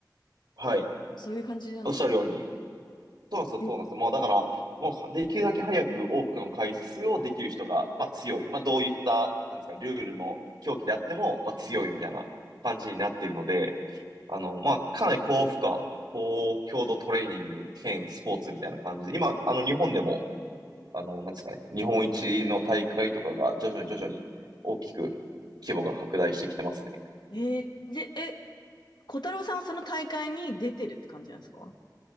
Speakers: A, on the right; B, on the left.
A: はい。
B: そういう感じなんだ。
A: おっしゃるように。そうなんですよ、そうなんですよ。
B: え、
A: もうだから、もうできるだけ早く多くの回数をできる人が、まあ強い。まあどういった、なんですか、ルールの競技であっても、まあ強いみたいな感じになっているので、
B: うん、
A: あの、まあかなり高負荷、高強度トレーニング兼スポーツみたいな感じで、今、あの日本でも、あの、なんですかね、日本一の大会とかが徐々に徐々に大きく規模が拡大してきてますね。
B: えーで、え、小太郎さんはその大会に出てるって感じなんですか